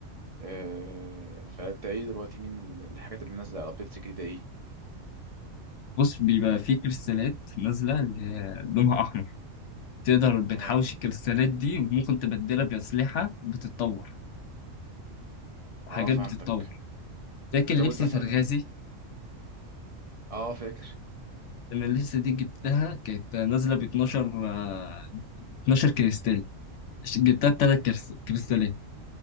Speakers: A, on the right; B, on the left.
A: أه فانت ايه دلوقتي مين ال- الحاجات اللي نازله على ابديتس جديده ايه
B: بص بيبقى في كريستالات نازلة اللي هي لونها أحمر بتقدر بتحوش
A: تمام
B: الكريستالات دي وممكن تبدلها بأسلحة بتتطور وحاجات
A: اه فهمتك
B: بتتطور فاكر
A: بتزود
B: لبسة
A: مثلا
B: الغازي
A: اه فاكر
B: انا لسه دي جبتها كانت نازله ب 12 آه، 12 كريستال ش- جبتها بثلاث كريستالات